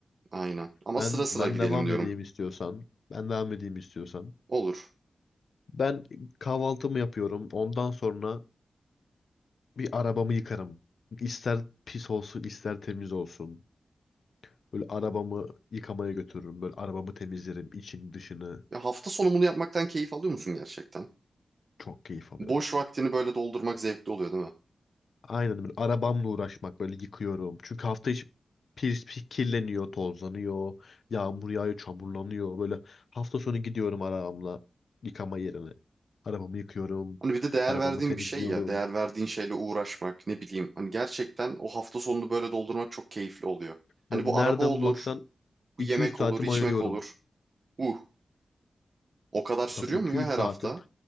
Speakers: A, on the right (about 45°); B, on the left (about 60°).
A: Aynen. Ama
B: Ben
A: sıra sıra
B: ben
A: gidelim
B: devam
A: diyorum.
B: edeyim istiyorsan. Ben devam edeyim istiyorsan.
A: Olur.
B: Ben kahvaltımı yapıyorum. Ondan sonra bir arabamı yıkarım. İster pis olsun, ister temiz olsun. Böyle arabamı yıkamaya götürürüm. Böyle arabamı temizlerim, içini dışını.
A: Ya hafta sonu bunu yapmaktan keyif alıyor musun gerçekten?
B: Çok keyif alıyorum.
A: Boş vaktini böyle doldurmak zevkli oluyor değil mi?
B: Aynen böyle arabamla uğraşmak böyle yıkıyorum. Çünkü hafta içi pis, pis kirleniyor, tozlanıyor, yağmur yağıyor, çamurlanıyor. Böyle hafta sonu gidiyorum arabamla yıkama yerine. Arabamı yıkıyorum,
A: Hani bir de değer
B: arabamı
A: verdiğin
B: temizliyorum.
A: bir şey ya. Değer verdiğin şeyle uğraşmak ne bileyim. Hani gerçekten o hafta sonunu böyle doldurmak çok keyifli oluyor. Hani
B: Yani
A: bu
B: nereden
A: araba olur,
B: baksan
A: bu
B: 200
A: yemek
B: saatimi
A: olur, içmek
B: ayırıyorum.
A: olur. Uh, o kadar sürüyor
B: Tabii 200
A: mu ya her
B: saatim.
A: hafta?